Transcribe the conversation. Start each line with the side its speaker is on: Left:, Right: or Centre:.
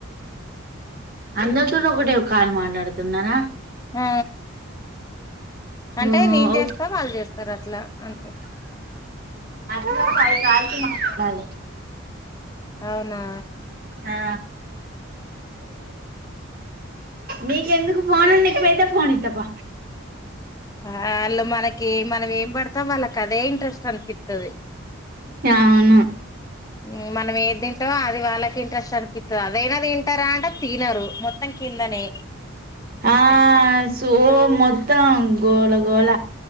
Right: అందరితో ఒకటే ఒక కాల్ మాట్లాడు తున్నార
Left: ఆ అంటే
Right: ఓ
Left: నేను
Right: ఓ
Left: చేస్తా వాళ్ళు చేస్తారు అట్లా అంతే
Right: ఇంగా ఫైవ్ కాల్స్ మా యాల్లే
Left: అవునా
Right: ఆ నీకెందుకు ఫోన్ అ నకపోయితే ఫోన్ ఇస్తప్ప
Left: ఆ అలు మనకి మనం ఏం పడతాం వాళ్ళకి అదే ఇంట్రెస్ట్ అనిపిస్తుంది
Right: అవును
Left: ఉమ్ మనం ఏ తింటామో అది వాళ్ళకి ఇంట్రెస్ట్ అనిప్ తి అదైనా తింటారా అంటే తినరు మొత్తం కిందనే
Right: ఆ సో మొత్తం గోళ గోళ